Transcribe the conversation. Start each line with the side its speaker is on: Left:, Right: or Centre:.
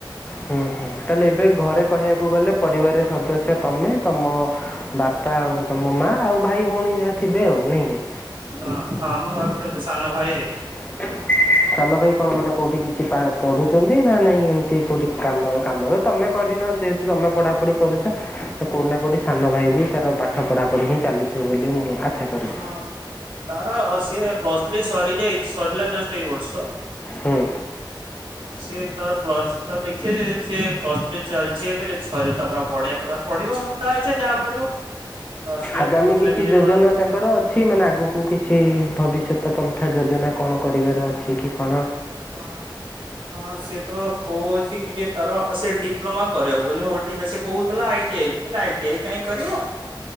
Left: ହୁଁ ହୁଁ ତାହେଲେ ଏବେ ଘରେ କହିବାକୁ ଗଲେ ପରିବାର ସଦସ୍ୟ ତମେ ତମ ବାପା ଆଉ ତମ ମା ଆଉ ଭାଇ ଭଉଣୀ ଯାହା ଥିବେ ଆଉ ନାଇକି।
Right: ହଁ ହଁ ମୁଁ ଆଉ ଗୋଟେ ସାନ ଭାଇ।
Left: <inaudible> ସାନ ଭାଇ କଣ ମାନେ କୋଉଠି କିଛି ପା-ପଢୁଛନ୍ତି? ନା ନାଇଁ ଏମିତି କୋଉଠି କାମ କାମ ତମେ କରିନ ଯେହେତୁ ତମେ ପଢା ପଢି କରୁଛ ତ କୋଉଠି ନା କୋଉଠି ସାନ ଭାଇ ବି ତାର ପାଠ ପଢା ପଢି ହିଁ ଚାଲିଥିବ ବୋଲି ମୁଁ ଆଶା କରୁଛି
Right: ହଁ ତାର ଆଉ ସିଏ ପ୍ଲସ ସରିଯାଇ ସରିଲା ଜଷ୍ଟ ଏଇ ବର୍ଷ।
Left: ହୁଁ
Right: ସିଏ ତାର ପ୍ଲସ ତ ଦେଖିବେ ସ ପ୍ଲସ ଥ୍ରୀ ଚାଲିଛି ଏବେ ଯଦି ସର ତାର ପଢ଼ିବା କଥା ଯଦି ପଢ଼ିବ ପଢିବ ନହ ତା ଇଚ୍ଛା ଯାହା କରିବ। ସେ
Left: ଆଗାମୀ
Right: କହୁଥିଲା
Left: କିଛି
Right: କି ଯେ
Left: ଯୋଜନା
Right: କଣ
Left: ତାଙ୍କର ଅଛି ମାନେ ଆଗକୁ କିଛି ଭବିଷ୍ୟତ ପନ୍ଥା ଯୋଜନା। କଣ କରିବାର ଅଛି କି? କ'ଣ
Right: ହଁ ହଁ ସେ ତ କହୁ ଅଛି କି ଯେ ତାର ସେ ଡିପ୍ଲୋମା କରିବ ବୋଲିି ହଉ ଠିକ ସେ କହୁଥିଲା ଆଇଟି ଆଇ। ଆଇଟି ଆଇ କାହିଁ କରିବ?